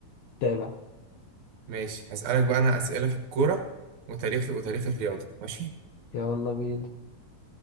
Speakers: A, on the left; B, on the right.
A: تابع
B: ماشي هسألك بقى انا اسئله في الكوره وتاريخ وتاريخ الرياضه ماشي
A: يلا بينا